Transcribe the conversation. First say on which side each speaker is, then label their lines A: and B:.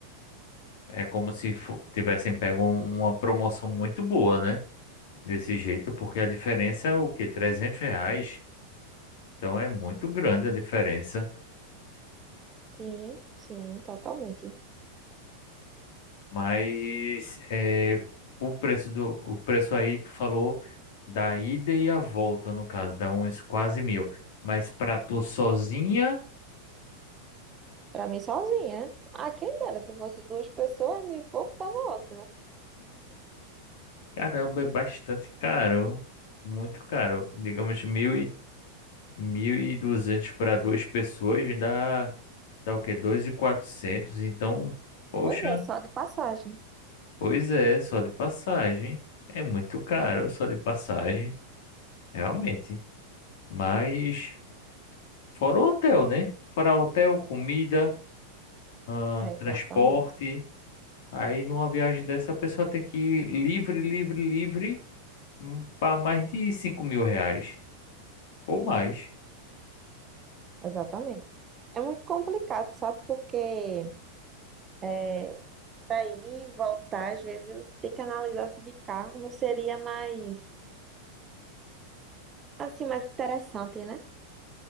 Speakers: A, on the left; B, on the right.
A: É como se fo- tivessem pego um- uma promoção muito boa, né? Desse jeito, porque a diferença é o quê? trezentos reais. Então é muito grande a diferença.
B: Sim, sim, totalmente.
A: Mas é, o preço do o preço aí tu falou da ida e a volta, no caso, dá uns quase mil. Mas pra tu sozinha,
B: Pra mim sozinha. Ah, quem dera, se fosse duas pessoas, mil e pouco tava ótimo.
A: caramba, é bastante caro. Muito caro. Digamos, mil e, mil e duzentos para duas pessoas dá, dá o quê? Dois e quatrocentos. Então, poxa,
B: Pois é, só de passagem.
A: pois é, só de passagem. É muito caro, só de passagem, realmente. Mas. Fora o hotel, né? Fora hotel, comida, ah,
B: É, exatamente,
A: transporte. Aí numa viagem dessa a pessoa tem que ir livre, livre, livre para mais de cinco mil reais ou mais.
B: exatamente. É muito complicado, sabe? Porque é, para ir e voltar, às vezes você tem que analisar se de carro não seria mais, assim, mais interessante, né?